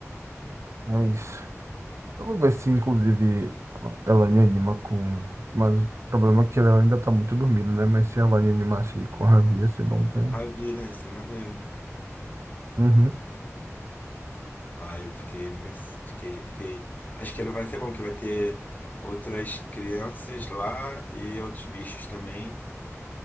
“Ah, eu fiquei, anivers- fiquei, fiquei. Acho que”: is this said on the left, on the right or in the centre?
Left